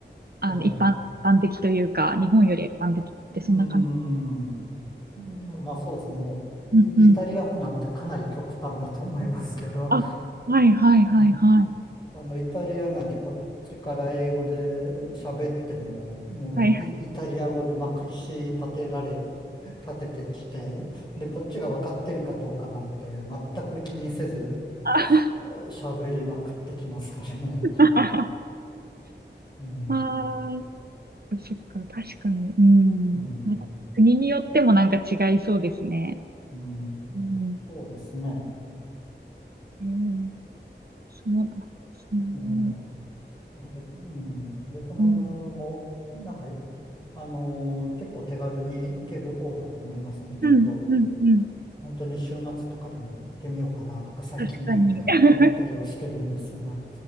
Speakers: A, on the right (about 55°); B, on the left (about 25°).
A: あの、
B: ええ。
A: 一般、一般的というか、日本より一般的ってそんな感じ。
B: うーん。まあそうですね。もう、イ、
A: うんうん。
B: イタリア区なんてかなり極端だと思いますけど、
A: あ、はいはいはいはい。
B: うんあの、イタリアなんてこっちから英語で喋っても、もうイ、
A: はい。
B: イタリア語でまくりし立てられ、立ててきて、で、こっちが分かってるかどうかなんて全く気にせず
A: あ
B: えー喋りまくってきますからね。
A: <laughs>
B: うん、
A: あー、<laughs> そっか、確かに。うん。
B: うん、
A: また国によってもなんか違いそうですね。
B: うん、
A: うん。
B: そうですね。
A: うん、そうなんですね。
B: うんベ、うん、ベトナムも、
A: うん。
B: なんか、あのー結構手軽に行ける方だと思いますんで、ちょっと、
A: うん、うん、うん。
B: 本当に週末とかでも行ってみようかなとか、最近
A: 確かに。
B: <laughs>
A: <laughs>
B: 思ったりはしてるんですが。